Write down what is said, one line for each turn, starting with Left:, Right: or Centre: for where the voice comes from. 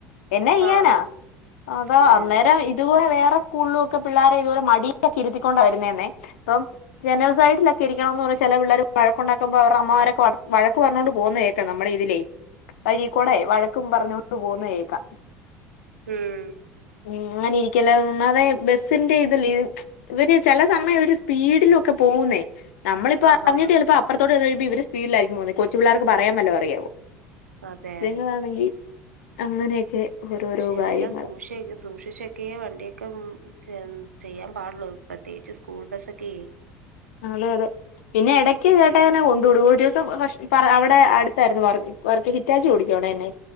Left: എന്നാ ചെയ്യാനാ
Right: ആഹ്
Left: അത്യ
Right: അതെ
Left: അന്നേരം
Right: അതെ
Left: ഇതുപോലെ വേ സ്‌കൂളിലൊക്കെ പിള്ളാരെ ഇതുപോലെ മടിയിലൊക്കെ ഇരുത്തിക്കൊണ്ട വരുന്നെന്നെ, ഇപ്പൊ ജനൽ സൈഡില രിക്കണം എന്ന് പറഞ്ഞ ചില പിള്ളേർ വഴക്കണ്ടാക്കുമ്പോ അവടെമ്മമാരൊക്ക വഴ വഴക്ക് പറഞ്ഞുക കൊണ്ട് പോകുന്നതേക്കെ നമ്മുടെ ഇതിലേ വഴിക്കൂടെ വഴക്കും പറഞ്ഞൊണ്ട് പോകുന്നെ കേക്കാം.
Right: ഉം.
Left: ഉം ഇങ്ങനെ ഇരിക്കല്ലോ ഒന്നാതെ ബസ്സിന്റെ ഇതല്ലേ <unintelligible> ഇവര് ചില സമയം ഒരു സ്പീഡിലൊക്കെ പോ പോവുന്നേ നമ്മളിപ്പോ
Right: ആഹാ
Left: അറിഞ്ഞിട്ട് ചിലപ്പോ അപ്പുറത്തോട്ട് ചെന്ന്കഴിയുമ്പോ ഇവര് സ്പീഡിലായിരിക്കും പോന്നെ, കൊച്ചുപിള്ളേർക്ക് പറയാൻ വല്ലോം അറിയാവോ?
Right: അതെ
Left: നിങ്ങളാന്നെങ്കി അങ്ങനെയൊക്കെ ഓരോരോ
Right: പക്ഷെ ഇതെല്ലാം
Left: കാര്യങ്ങൾ
Right: സൂക്ഷ സൂക്ഷിച്ചൊക്കെയ വണ്ടിയൊക്കെ മ് ചെയ്യാൻ പാടുള്ളൂ പ്രത്യേകിച്ച് സ്കൂൾ ബസ്സൊക്കെയ്.
Left: അതെ അതെ പിന്നെ ഇടക്ക് ചേട്ടായി തന്നെ കൊണ്ടുവിടും ഒരുസം കഷ് പറയാതെ ടെ അടുത്തായിരുന്നു വർ വർക്ക്ഹിറ്റാച്ചി ഓടിക്കാണെ